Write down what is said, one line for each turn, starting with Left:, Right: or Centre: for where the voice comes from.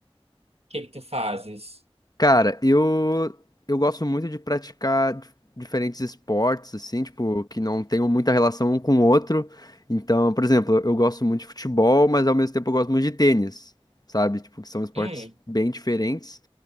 Right: que que tu fazes?
Left: Cara, eu eu gosto muito de praticar di- diferentes esportes, assim, tipo, que não tenham muita relação um com o outro. Então, por exemplo, eu gosto muito de futebol, mas ao mesmo tempo eu gosto muito de tênis, sabe? Tipo, que são esportes
Right: Hum,
Left: bem diferentes.